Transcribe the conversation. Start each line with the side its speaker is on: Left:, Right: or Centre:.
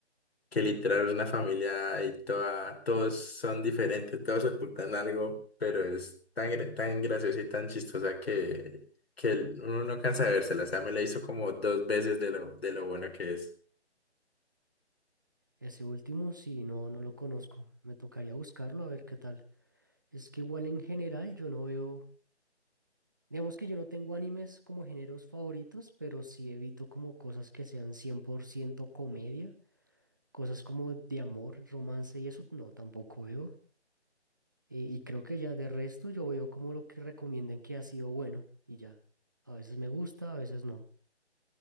Left: que literal es una familia y toda, todos son diferentes, todos ocultan algo, pero es tan, gra- tan graciosa y tan chistosa que, que el- uno no cansa de vérsela. O sea, me la hizo como dos veces de lo, de lo bueno que es.
Right: Ese último sí, no, no lo conozco. Me tocaría buscarlo a ver qué tal. Es que igual en general yo no veo Digamos que yo no tengo animes como géneros favoritos, pero sí evito como cosas que sean 100% comedia, cosas como de amor, romance y eso, no, tampoco veo. Y, y creo que ya de resto yo veo como lo que recomienden que ha sido bueno y ya. A veces me gusta, a veces no.